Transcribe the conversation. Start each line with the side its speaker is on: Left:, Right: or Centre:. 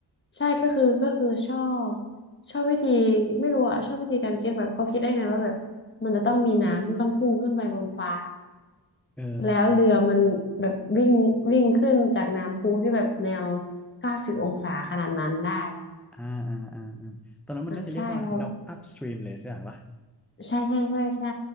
Left: ใช่ก็คือก็คือชอบชอบวิธีไม่รู้อะชอบวิธีการคิดแบบเขาคิดได้ไงว่าแบบมันจะต้องมีน้ำที่ต้องพุ่งขึ้นไปบนฟ้า
Centre: เออ
Left: แล้วเรือมันแบบวิ่งวิ่งขึ้นจากน้ำพุที่แบบแนวเก้าสิบองศาขนาดนั้นได้
Centre: อ่าอ่าอ่าอ่าตอนนั้นมันน่าจะเรียกว่า
Left: อ่าใช่เพราะ
Centre: knock up stream เลยใชกอย่าวะ
Left: ใช่ใช่ใช่ใช่